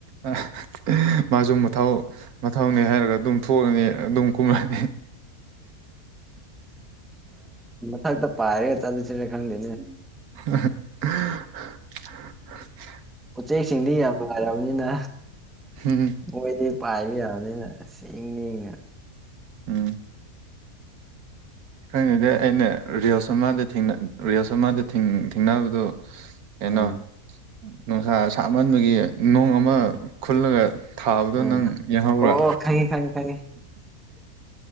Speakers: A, on the right (about 85°); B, in the centre.
A: ꯑ ꯃꯥꯁꯨ ꯃꯊꯧ ꯃꯊꯧꯅꯦ ꯍꯥꯏꯔꯒ ꯑꯗꯨꯝ ꯊꯣꯛꯑꯅꯤ ꯑꯗꯨꯝ ꯀꯨꯝꯍꯩ
B: ꯊꯛꯇ ꯄꯥꯏꯔꯒ ꯆꯂꯁꯤꯔ ꯈꯪꯗꯦ
A: <unintelligible>
B: ꯎꯆꯦꯛ ꯁꯤꯡꯗꯤ ꯌꯥꯝ ꯅꯨꯡꯉꯥꯏꯔꯕꯅꯤꯅ
A: ꯍꯨꯝ
B: ꯃꯣꯏꯗꯤ ꯄꯥꯏꯕ ꯌꯥꯕꯅꯤꯅ ꯑꯁ ꯏꯪꯉꯦꯒ
A: ꯎꯝ ꯈꯩꯗꯦꯗ ꯑꯩꯅ
B: ꯎꯝ
A: ꯔꯤꯜꯁ ꯑꯃꯗ ꯊꯦꯡꯅ ꯔꯤꯜꯁ ꯑꯃꯗ ꯊꯦꯡ ꯊꯦꯡꯅꯕꯗꯨ ꯀꯩꯅꯣ
B: ꯑꯥ
A: ꯅꯨꯡꯁꯥ ꯁꯥꯃꯟꯕꯒꯤ ꯅꯨꯡ ꯑꯃ
B: ꯎꯝ
A: ꯈꯨꯜꯂꯒ ꯊꯥꯕꯗꯣ
B: ꯑꯥ
A: ꯅꯪ ꯌꯦꯡꯍꯧꯕ꯭ꯔꯥ
B: ꯑꯣ ꯑꯣ ꯈꯪꯉꯤ ꯈꯪꯉꯤ ꯈꯪꯉꯤ